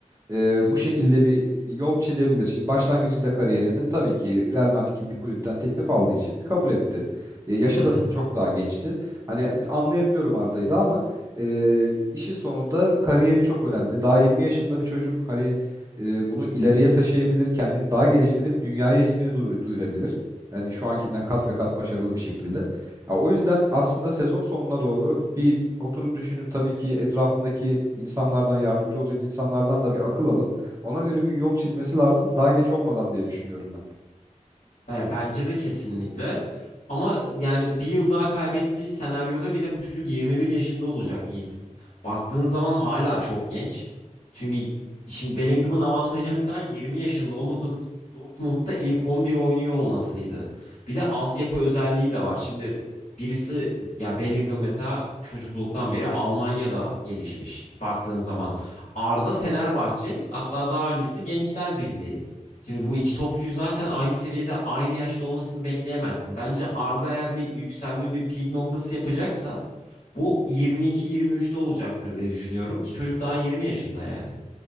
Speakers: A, on the right; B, on the left.
A: e, bu şekilde bir yol çizebilir. Şimdi başlangıcında kariyerinin tabii ki Real Madrid gibi bir kulüpten teklif aldığı için kabul etti. E, yaşı
B: Hı
A: da
B: hı.
A: çok daha gençti. Hani anlayabiliyorum Arda'yı da ama e, işin sonunda kariyeri çok önemli. Daha 20 yaşında bir çocuk hani e, bunu ileriye taşıyabilir, kendini daha geliştirip dünyaya ismini duyur- duyurabilir. Yani şu ankinden kat ve kat başarılı bir şekilde. Ya o yüzden aslında sezon sonuna doğru bir oturup düşünüp tabii ki etrafındaki insanlardan yardımcı olacak insanlardan da bir akıl alıp ona göre bir yol çizmesi lazım daha geç olmadan diye düşünüyorum ben.
B: E, bence de kesinlikle. Ama yani bir yıl daha kaybettiği senaryoda bile bu çocuk 21 yaşında olacak Yiğit. Baktığın zaman hala çok genç. Çünkü şimdi Bellingham'ın avantajı mesela 20 yaşında 19 yaşında Dortmund'da ilk 11 oynuyor olmasıydı. Bir de altyapı özelliği de var. Şimdi birisi ya Bellingham mesela çocukluktan beri Almanya'da gelişmiş baktığın zaman. Arda Fenerbahçe hatta daha öncesi Gençler Birliği. Şimdi bu iki topçuyu zaten aynı seviyede aynı yaşta olmasını bekleyemezsin. Bence Arda eğer bir yükselme bir peak noktası yapacaksa bu 22-23'te olacaktır diye düşünüyorum ki çocuk daha 20 yaşında yani.